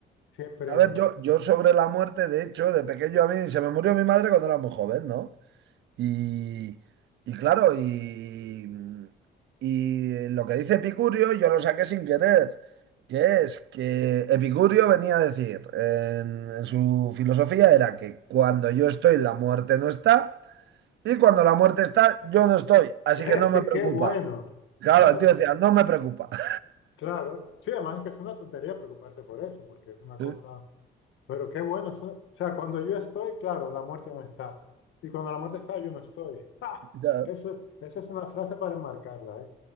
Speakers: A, on the left; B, on the right.
A: siempre,
B: A ver, yo, yo sobre la muerte, de hecho, de pequeño a mí, se me murió mi madre cuando era muy joven, ¿no? Y, y claro, y, mm, y lo que dice Epicurio yo lo saqué sin querer, que es que Epicurio venía a decir en, en su filosofía era que cuando yo estoy la muerte no está y cuando la muerte está yo no estoy, así
A: <laughs>
B: que no me preocupa.
A: qué bueno,
B: Claro,
A: madre,
B: el tío decía, no me preocupa. <laughs>
A: claro. Sí, además es que es una tontería preocuparse por eso, porque es una cosa,
B: Sí,
A: pero qué bueno. es una- O sea, cuando yo estoy, claro, la muerte no está. Y cuando la muerte está, yo no estoy. <laughs> ¡Ah!
B: Ya.
A: Eso, esa es una frase para enmarcarla, ¿eh?